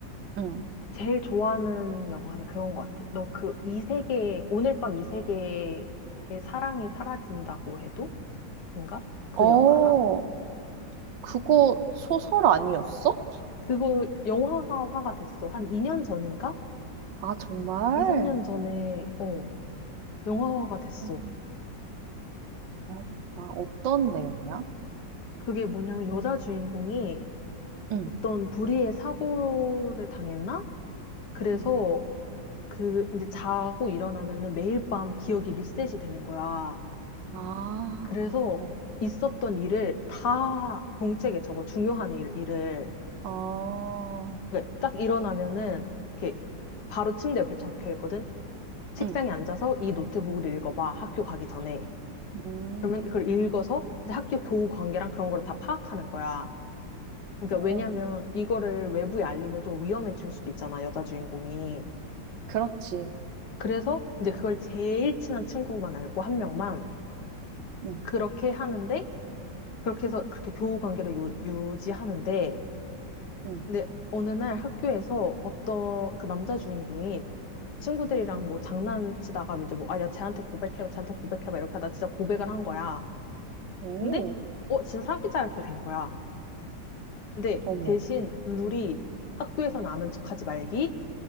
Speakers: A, on the right; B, on the left.
A: 응.
B: 제일 좋아하는 영화는 그건 것 같아. 너 그 이 세계, 오늘 밤 이 세계의 사랑이 사라진다고 해도? 인가? 그
A: 어,
B: 영화 알아?
A: 그거 소설 아니었어?
B: 그거 영화화가 됐어. 한 2년 전인가?
A: 아, 정말?
B: 2, 3년 전에, 어, 영화화가 됐어.
A: 음, 봐겠다 어떤 내용이야?
B: 그게 뭐냐면 여자 주인공이
A: 응,
B: 어떤 불의의 사고를 당했나? 그래서
A: 응.
B: 그 이제 자고 일어나면은 매일 밤 기억이 리셋이 되는 거야.
A: 아,
B: 그래서
A: 어,
B: 있었던 일을 다 공책에 적어, 중요한 일, 일을.
A: 아,
B: 그러니까 딱 일어나면은, 이렇게 바로 침대 옆에 적혀 있거든. 책상에
A: 응,
B: 앉아서 이 노트북을 읽어봐, 학교 가기 전에.
A: 음,
B: 그러면 그걸 읽어서 이제 학교 교우 관계랑 그런 거를 다 파악하는 거야. 그러니까
A: 음.
B: 왜냐면 이거를 외부에 알리면 좀 위험해질 수도 있잖아, 여자 주인공이.
A: 그렇지.
B: 그래서 이제 그걸 제일 친한 친구만 알고 한 명만
A: 응,
B: 그렇게 하는데, 그렇게 해서 그렇게 교우 관계를 유, 유지하는데,
A: 응,
B: 근데 어느 날 학교에서 어떤 그 남자 주인공이 친구들이랑
A: 응.
B: 뭐 장난치다가 이제 뭐, 아, 야, 쟤한테 고백해봐, 쟤한테 고백해봐, 이렇게 하다 진짜 고백을 한 거야.
A: 오,
B: 근데, 어, 진짜 사귀자, 이렇게 된 거야. 근데
A: 어머.
B: 대신 룰이 학교에서는 아는 척 하지 말기,